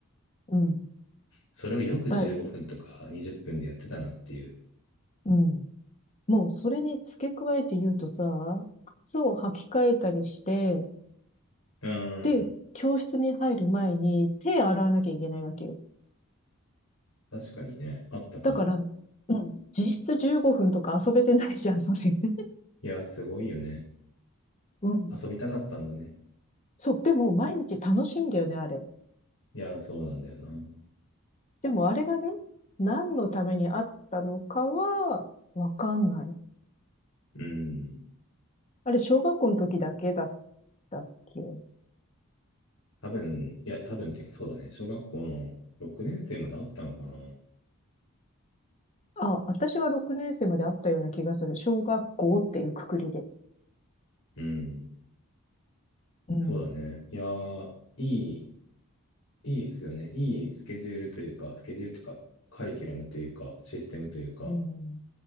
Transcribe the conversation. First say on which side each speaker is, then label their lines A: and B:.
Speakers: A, on the left; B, on the left.
A: うん。
B: それをよく15分とか20分でやってたなっていう。
A: だい、うん。もうそれに付け加えて言うとさ、靴を履き替えたりして、
B: うーん。
A: で、教室に入る前に手洗わなきゃいけないわけよ。
B: 確かにね、あったかも。
A: だから、うん、実質15分とか遊べてないじゃん、それ。<laughs>
B: いや、すごいよね。
A: うん。
B: 遊びたかったんだね。
A: そう、でも毎日楽しいんだよね、あれ。
B: いや、そうなんだよな。
A: でもあれがね、何のためにあったのかは、わかんない。
B: うん。
A: あれ、小学校の時だけだったっけ
B: 多分、いや、多分っていうかそうだね。小学校の6年生まであったのかな。
A: あ、私は6年生まであったような気がする。小学校っていうくくりで。
B: うん。
A: うん。
B: そうだね。いやー、いい、いいっすよね。いいスケジュールというか、スケジュールというか、カリキュラムというか、システムというか、
A: うん。